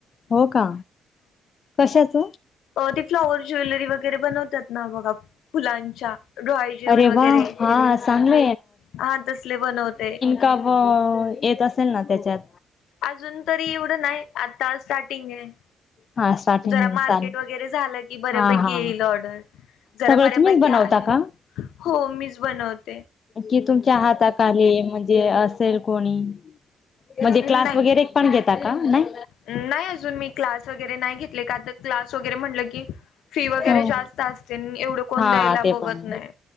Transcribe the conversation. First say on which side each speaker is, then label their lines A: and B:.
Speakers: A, on the left (about 45°); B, on the left (about 80°).
A: हो का कशाच?
B: ते फ्लॉवर ज्वेलरी वगैरे बनवतात. ना बघा फुलांच्या डोहाळे जेवण
A: अरे
B: वगैरे
A: वा हा चांगलं
B: हा तसले बनवते.
A: का येत असेल ना त्याच्यात
B: अजून तरी एवढं नाही आता स्टार्टिंग आहे.
A: हा स्टार्टिंग
B: जरा मार्केट
A: चालेल
B: वगैरे झालं की बऱ्यापैकी
A: हा हा
B: येईल ऑर्डर जरा
A: सगळं
B: बऱ्यापैकी
A: तुम्हीच बनवता
B: आहे आता
A: का
B: हो मीच बनवत.
A: कि तुमच्या हाताखले म्हणजे असेल कोणी म्हणजे
B: नाही
A: क्लास वगैरे पण घेता का नाही.
B: नाही अजून मी क्लास वगैरे नाही घेतले का तर क्लास वगैरे म्हटलं की फी वगैरे
A: हो
B: जास्त असते एवढं कोण
A: हा
B: द्यायला
A: ते
B: बघत
A: पण
B: नाही.